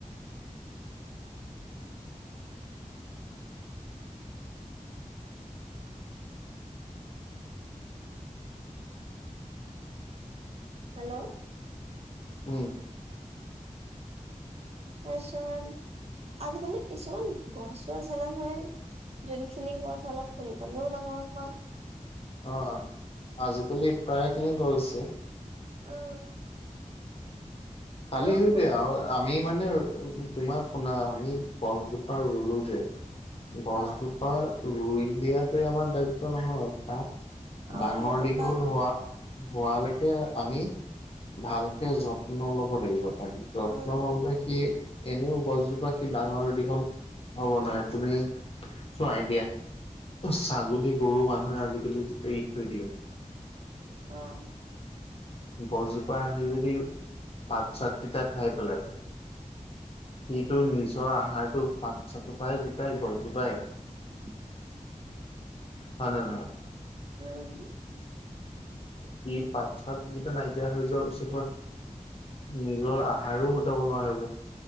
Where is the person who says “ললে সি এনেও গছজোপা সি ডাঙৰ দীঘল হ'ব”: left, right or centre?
Left